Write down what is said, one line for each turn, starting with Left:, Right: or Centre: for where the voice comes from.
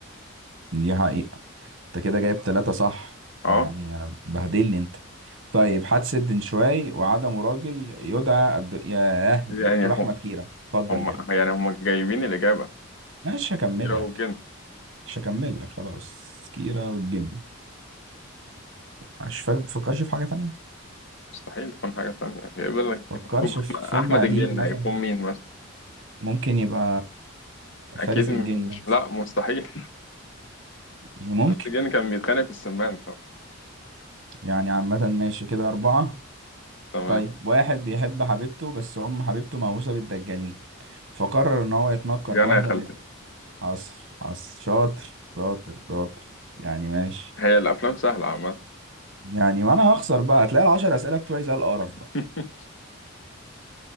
Right: دي حقيقة انت كده جايب ثلاثة صح
Left: اه
Right: يعني بهدلني انت طيب حادثة دنشواي وعدم راجل يدعى الد... ياه الدكتور
Left: يعني
Right: أحمد
Left: هم
Right: كيرة اتفضل
Left: هم
Right: جاوب
Left: يعني هم جايبين الإجابة
Right: مش هكمل
Left: كيرة
Right: لك
Left: والجن
Right: مش هكمل لك خلاص كيرة والجن مش فاكر تفكرش في حاجة تانية
Left: مستحيل تكون حاجة تانية جايب لك
Right: فكرش
Left: مكتوب أحمد
Right: في
Left: أحمد
Right: فيلم قديم
Left: الجن
Right: مثلا
Left: هيكون مين مثلا
Right: ممكن يبقى
Left: أكيد
Right: فارس
Left: مش
Right: الجن مثلا
Left: لا مستحيل <laughs>
Right: يعني ممكن
Left: أحمد الجن كان بيتخانق في السمان
Right: يعني عامة ماشي كده أربعة
Left: تمام
Right: طيب واحد بيحب حبيبته بس أم حبيبته مهووسة بالدجالين فقرر إن هو يتنكر
Left: يعني
Right: بواحدة
Left: يا خالتي
Right: من حصل حصل شاطر شاطر شاطر يعني ماشي
Left: هي الافلام سهله عامه
Right: يعني ما انا هخسر بقى هتلاقي العشر اسئله بتوعي زي القرف
Left: <laughs>
Right: بقى